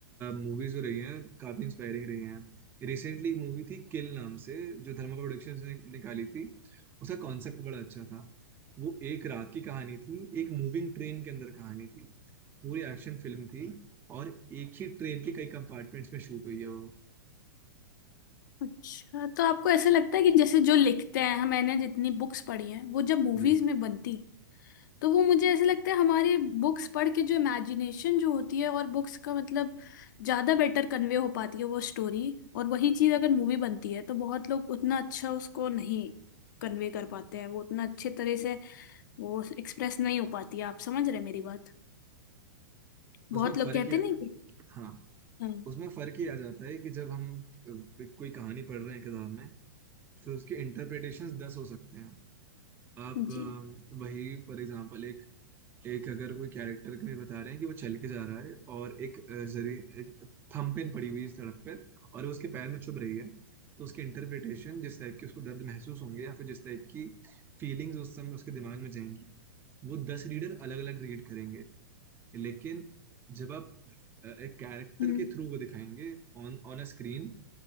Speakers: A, on the right; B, on the left.
A: मूवीज हो रही हैं काफी इंस्पायरिंग रही हैं रिसेंटली एक मूवी थी किल नाम से जो धर्मा प्रोडक्शंस ने निकाली थी उसका कॉन्सेप्ट बड़ा अच्छा था वो एक रात की कहानी थी एक मूविंग ट्रेन के अंदर कहानी थी पूरी एक्शन फिल्म थी और एक ही ट्रेन के कई कंपार्टमेंट्स में शूट हुई है वो
B: अच्छा तो आपको ऐसा लगता है कि जैसे जो लिखते हैं हम- मैंने जितनी बुक्स पढ़ी हैं वो जब मूवीज
A: जी
B: में बनती तो वो मुझे ऐसा लगता है हमारी बुक्स पढ़ के जो इमेजिनेशन जो होती है और बुक्स का मतलब ज़्यादा बेटर कन्वे हो पाती है वो स्टोरी और वही चीज़ अगर मूवी बनती है तो बहुत लोग उतना अच्छा उसको नहीं कन्वे कर पाते हैं वो उतना अच्छे तरह से वो एक्सप्रेस नहीं हो पाती है आप समझ रहे हैं मेरी बात
A: उसमें
B: बहुत लोग
A: फर्क
B: कहते
A: ये
B: नहीं कि
A: हाँ
B: हाँ
A: उसमें फर्क ये आ जाता है कि जब हम अ, कोई कहानी पढ़ रहे हैं किताब में तो उसके इंटरप्रिटेशंस दस हो सकते हैं आप अ,
B: जी
A: वही फॉर एग्जांपल एक एक अगर कोई कैरेक्टर में बता रहे हैं कि वो चल के जा रहा है और एक अ, जरी एक थंबप्रिंट पड़ी हुई है सड़क पर और वो उसके पैर में चुभ रही है तो उसकी इंटरप्रिटेशन जिस टाइप की उसको दर्द महसूस होंगे या फिर जिस टाइप की फीलिंग्स उस समय उसके दिमाग में जाएंगी वो दस रीडर अलग अलग रीड करेंगे लेकिन जब आप अ, एक कैरेक्टर
B: हम्म
A: के थ्रू वो दिखाएंगे ऑन ऑन अ स्क्रीन